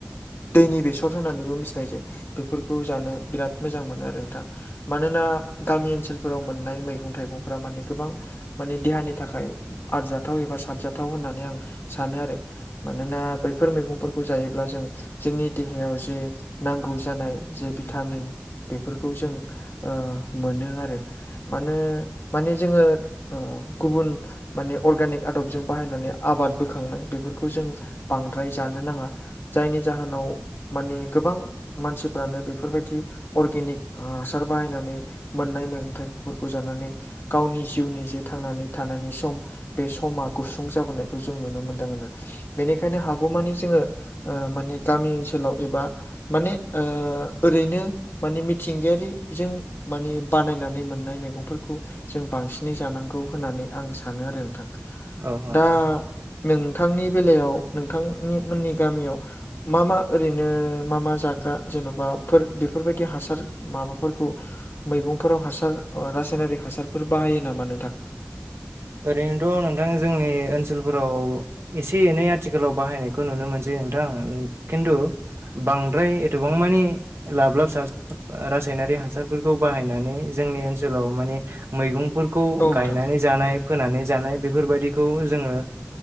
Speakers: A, on the left; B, on the right.
A: दैनि बेसर होननानैबो मिथिनाय जायो बेफोरखौ जानो बिराद मोजां मोनो आरो नोंथां मानोना गामि ओनसोलफोराव मोननाय मैगं थाइगंफोरा माने गोबां माने देहानि थाखाय आरजाथाव एबा साबजाथाव होननानै होननानै आं सानो आरो मानोना बैफोर मैगंफोर खौ जायोब्ला जों जोंनि देहायाव जे नांगौ जानाय जे भिटामिन बेफोरखौ जों मोनो आरो मानो माने जोङो गुबुन माने अर्गेनिक आदबजों बाहायनानै आबाद बोखांनाय बेफोरखौ जों बांद्राय जानो नाङा जायनि जाहोनाव माने गोबां मानसिफ्रानो बेफोरबायदि अर्गेनिक हासार बाहायनानै मोननाय मैगं थाइगंफोरखौ जानानै गावनि जिउनि जे थांनानै थानायनि सम बे समा गुसुं जाबोनायखौ जों नुनो मोनदों आरो बेनिखायनो हागौमानि जोङो माने गामि ओनसोलाव एबा माने ओरैनो माने मिथिंगायारिजों माने बानायनानै मोननाय मैगंफोरखौ जों बांसिनै जानांगौ होननानै आं सानो आरो नोंथां
B: औ औ
A: दा
B: नोंथां
A: नोंथांनि बेलायाव नोंथांनि मोननि गामियाव मा मा ओरैनो मा मा जाग्रा जेन'बा बेफोरबायदि हासार माबाफोरखौ मैगंफोराव हासार रासायनारिक हासारफोर बाहायो नामा नोंथां
B: ओरैनोथ' नोंथां जोंनि ओनसोलफोराव एसे एनै आथिखालाव बाहायनायखौ नुनो मोनसै नोंथां खिन्थु बांद्राय एथबां मानि लाब्लाब साब्लाब रासायनारि हासारफोरखौ बाहायनानै जोंनि ओनसोलाव माने मैगंफोरखौ
A: औ नोंथां
B: गायनानै जानाय फोनानै जानाय बेफोरबायदिखौ जोङो